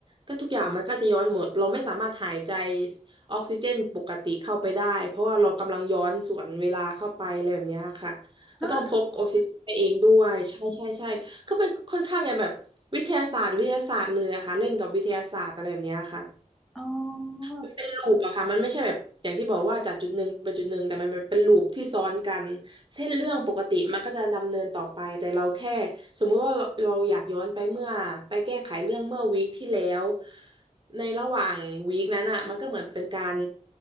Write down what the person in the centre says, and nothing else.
ฮะอ๋อ